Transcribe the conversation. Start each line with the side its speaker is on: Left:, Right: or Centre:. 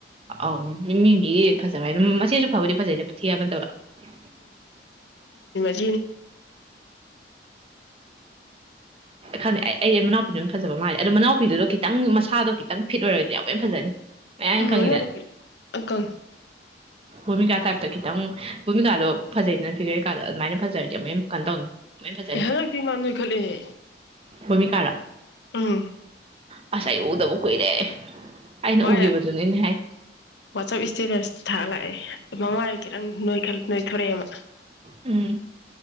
Right: ꯑꯥꯎ ꯃꯤꯃꯤꯅꯤ ꯐꯖꯕ ꯍꯥꯏ ꯃꯆꯦꯁꯨ ꯐꯕꯗꯤ ꯐꯖꯩꯗ ꯊꯤꯕꯠꯇꯕ
Left: ꯎ
Right: ꯈ ꯑꯩꯗꯤ ꯃꯅꯥꯎꯄꯤꯗꯨꯅꯝ ꯐꯖꯕ ꯃꯥꯜꯂ ꯑꯗꯣ ꯃꯅꯥꯎꯄꯤꯗꯨꯣ ꯈꯤꯇꯪꯁꯥꯗꯣ ꯈꯤꯇꯪ ꯐꯤꯠ ꯑꯣꯏꯔꯗꯤ ꯌꯥꯝ ꯂꯣꯏꯅ ꯐꯖꯅꯤ ꯃꯌꯥꯡ
Left: ꯎꯝ
Right: ꯀꯪꯉꯤꯗꯅ
Left: ꯑꯀ
Right: ꯚꯣꯃꯤꯀꯥ ꯇꯞꯇ ꯈꯤꯇꯪ ꯚꯣꯃꯤꯀꯥꯗꯣ ꯐꯖꯩꯅ ꯐꯤꯔꯦ ꯀꯥꯟꯂꯗ ꯑꯗꯨꯃꯥꯏꯅ ꯐꯖꯔꯗꯤ ꯃ ꯀ ꯇꯧꯅꯤ ꯑꯃꯨꯛ ꯍꯦꯟꯅ ꯐꯖꯅꯤ
Left: ꯑꯦ ꯍꯟꯗꯛꯇꯤ ꯃꯥ ꯅꯣꯏꯈꯠꯂꯤꯅꯦ
Right: ꯀꯃꯤ ꯀꯥꯥ
Left: ꯑꯥ
Right: ꯑꯁ ꯇꯕꯨ ꯀꯨꯏꯔꯦ ꯑꯩꯅ
Left: ꯋꯥ
Right: ꯎꯈꯤꯕꯗꯨꯅꯤꯅꯦ ꯍꯥꯏ
Left: ꯋꯥꯆꯞ ꯏꯁꯇꯦꯇꯁ ꯊꯥ ꯂꯥꯛꯑꯦ ꯃꯃꯥꯏ ꯈꯤꯇꯪ ꯅꯣꯏꯈꯠ ꯅꯣꯏꯊꯣꯔꯛꯑꯦꯕ
Right: ꯎꯝ